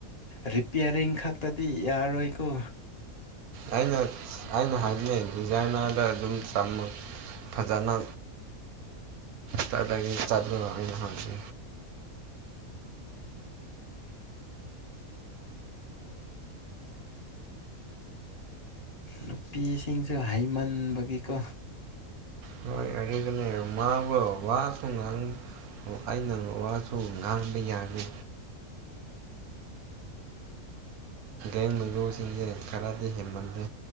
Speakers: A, on the left; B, on the right.
A: ꯔꯔꯤꯄꯦꯌꯔꯤꯡ ꯈꯥꯛꯇꯗꯤ ꯌꯥꯔꯣꯏꯀꯣ
B: ꯑꯩꯅ ꯑꯩꯅ ꯍꯥꯏꯅꯤꯡꯩ ꯗꯤꯖꯥꯏꯟꯗ ꯑꯗꯨꯝ ꯆꯝꯃ ꯐꯖꯅ ꯆꯠꯂꯒ ꯆꯠꯂꯨꯕ ꯑꯅ ꯍꯥꯟꯉꯦ
A: ꯅꯨꯄꯤꯁꯤꯡꯁꯨ ꯍꯩꯃꯟꯕꯒꯤꯀꯣ
B: ꯍꯣꯏ ꯑ ꯀꯅꯤ ꯃꯥꯕꯕꯥ ꯁꯨꯡꯉ ꯑꯣ ꯑꯩꯅ ꯋꯥꯁꯨ ꯉꯥꯡꯕ ꯌꯥꯅꯤ ꯦꯡ ꯃꯂꯨꯁꯤꯡꯁꯦ ꯈꯔꯗꯤ ꯍꯦꯟꯃꯟꯂꯦ